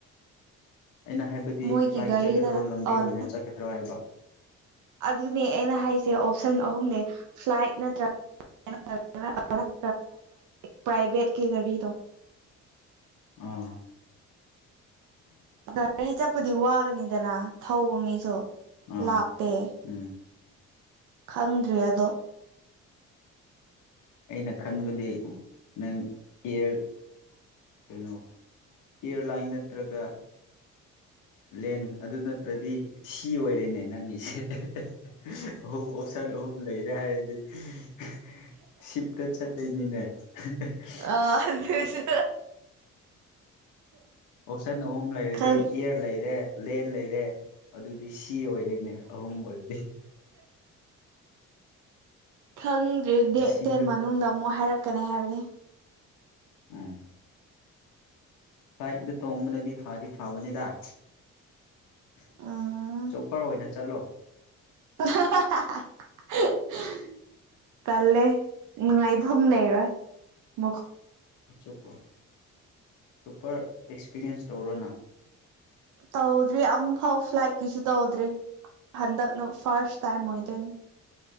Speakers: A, on the left (about 85°); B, on the right (about 80°).
A: ꯑꯩꯅ ꯍꯥꯏꯕꯗꯤ
B: ꯃꯣꯏꯒꯤ
A: ꯐ꯭ꯂꯥꯏꯠ
B: ꯒꯥꯔꯤꯗ
A: ꯆꯠꯀꯗ꯭ꯔꯣ ꯂꯝꯕꯤ
B: ꯑꯣꯟ
A: ꯑꯣꯏꯅ ꯆꯠꯀꯗ꯭ꯔꯣ ꯍꯥꯏꯕ꯫
B: ꯑꯗꯨꯅꯦ ꯑꯩꯅ ꯍꯥꯏꯁꯦ ꯑꯣꯞꯁꯟ ꯑꯍꯨꯝꯅꯦ ꯐ꯭ꯂꯥꯏꯠ ꯅꯠꯇ꯭ꯔ <unintelligible> ꯄ꯭ꯔꯥꯏꯚꯦꯠꯀꯤ ꯒꯥꯔꯤꯗꯣ꯫
A: ꯑꯥ꯫
B: ꯒꯥꯔꯤ ꯆꯠꯄꯗꯤ ꯋꯥꯒꯅꯤꯗꯅ ꯊꯧꯕ ꯃꯤꯁꯨ
A: ꯑꯥ
B: ꯂꯥꯞ ꯄꯦ
A: ꯎꯝ
B: ꯈꯪꯗ꯭ꯔꯦ ꯑꯗꯣ꯫
A: ꯑꯩꯅ ꯈꯟꯕꯗꯤ ꯅꯪ ꯏꯌꯦꯔ ꯀꯩꯅꯣ꯫ ꯏꯌꯥꯔ ꯂꯥꯏꯟ ꯅꯠꯇ꯭ꯔꯒ ꯂꯦꯟ ꯑꯗꯨ ꯅꯠꯇ꯭ꯔꯗꯤ ꯁꯤ ꯑꯣꯏꯔꯦꯅꯦ ꯅꯪꯒꯤꯁꯦ <unintelligible> ꯑꯍꯨꯝ ꯑꯣꯞꯁꯟ ꯑꯍꯨꯝ ꯂꯩꯔꯦ ꯍꯥꯏꯔꯗꯤ꯫ <unintelligible> ꯁꯤꯞꯇ ꯆꯠꯇꫭꯏꯅꯤꯅꯦ <unintelligible>
B: ꯑ ꯑꯗꯨꯁꯨ
A: ꯑꯣꯞꯁꯟ ꯑꯍꯨꯝ ꯂꯩꯔꯗꯤ
B: ꯈꯪ
A: ꯏꯌꯦꯔ ꯂꯩꯔꯦ ꯂꯦꯟ ꯂꯩꯔꯦ꯫ ꯑꯗꯨꯗꯤ ꯁꯤ ꯑꯣꯏꯔꯦꯅꯦ ꯑꯍꯨꯝ ꯑꯣꯏꯔꯗꯤ <unintelligible>
B: ꯈꯪꯗ꯭ꯔꯤ ꯗꯦꯠ
A: ꯏꯁꯤꯡꯗ
B: ꯇꯦꯟ ꯃꯅꯨꯡꯗ ꯑꯃꯨꯛ ꯍꯥꯏꯔꯛꯀꯅꯤ ꯍꯥꯏꯕꯅꯦ꯫
A: ꯎꯝ ꯐ꯭ꯂꯥꯏꯠꯗ ꯇꯣꯡꯕꯅꯗꯤ ꯐꯗꯤ ꯐꯕꯅꯤꯗ꯫ ꯆꫭꯞꯄꯔ
B: ꯎꯝ
A: ꯑꯣꯏꯅ ꯆꯠꯂꯣ꯫
B: <unintelligible> ꯇꯜꯂꯦ ꯅꯨꯡꯉꯥꯏꯐꯝ ꯂꯩꯔꯣꯏ ꯃꯈ
A: ꯑꯆꯄ ꯆꫭꯄꯔ ꯑꯦꯛꯁꯄꯤꯔꯤꯌꯦꯟꯁ ꯇꯧꯔꫭꯅ꯫
B: ꯇꯧꯗ꯭ꯔꯤ ꯑꯃꯝꯐꯥꯎ ꯐ꯭ꯂꯥꯏꯠꯀꯤꯁꯨ ꯇꯧꯗ꯭ꯔꯤ ꯍꯟꯗꯛꯅ ꯐꯥꯔꯁ ꯇꯥꯏꯝ ꯑꯣꯏꯗꯣꯏꯅꯤ꯫